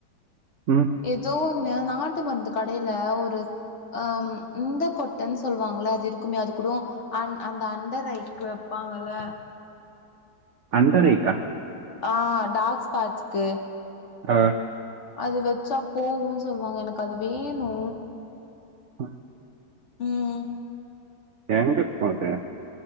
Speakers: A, on the right; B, on the left.
A: ம்
B: ஏதோ ஒன்னு நாட்டு மருந்து கடையில ஒரு ம் இந்த கொட் மனு சொல்லுவாங்கள அது இருக்குமே அது கூட ஆ அந்த அண்டர் ஐக்கு வைப்பாங்கல்ல
A: அண்டர் ஐக்கா
B: ஆ டார்க் ஸ்பேச்சுக்கு
A: ஆ
B: அது வெச்சா போகுன்னு சொல்லுவாங்க எனக்கு அது வேணு
A: ம்
B: ம்
A: எங்க இருக்கு அது